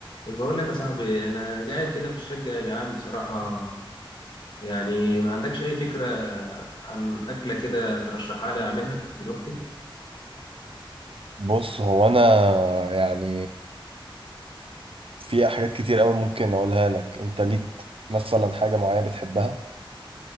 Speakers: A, on the left (about 60°); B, on the right (about 80°).
A: بقول لك يا صاحبي انا قاعد كده في الشقه جعان بصراحه يعني ما عندكش اي فكره عن اكله كده ترشحها لي اعملها دلوقتي
B: بص هو انا يعني في حاجات كتير قوي ممكن اقولها لك انت ليك مثلا حاجة معينة بتحبها